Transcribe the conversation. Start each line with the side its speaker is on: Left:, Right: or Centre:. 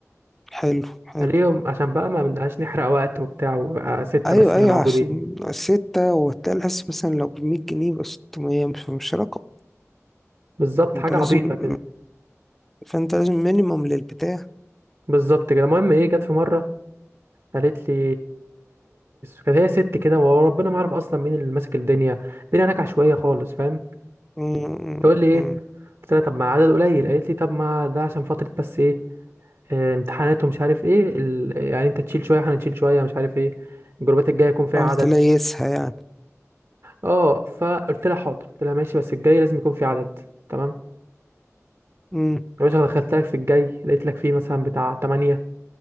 Centre: حلو حلو
Right: ليهم عشان بقى ما بنبقاش نحرق وقت وبتاع وبقى ستة
Centre: ايوه
Right: بس اللي
Centre: ايوه
Right: موجودين
Centre: عشان ستة وتلاقي الحس مثلا لو بمية جنيه بس 600 مش مش رقم
Right: بالظبط
Centre: انت
Right: حاجة
Centre: لازم
Right: عبيطة كده
Centre: فانت لازم مينيمم للبتاع
Right: بالظبط كده المهم ايه جت في مرة قالت لي كانت هي ست كده وربنا ما اعرف اصلا مين اللي ماسك الدنيا الدنيا هناك عشوائية خالص فاهم
Centre: امم
Right: تقول لي ايه
Centre: امم.
Right: قلت لها طب ما عدد قليل قالت لي طب ما ده عشان فترة بس ايه آه، امتحانات ومش عارف ايه ال... يعني انت تشيل شوية احنا نشيل شوية مش عارف ايه الجروبات الجاية يكون فيها
Centre: حاول
Right: عدد
Centre: تليسها يعني
Right: اه فقلت لها حاضر قلت لها ماشي بس الجاي لازم يكون فيه عدد تمام
Centre: امم
Right: يا باشا دخلت لك في الجاي لقيت لك فيه مثلا بتاع 8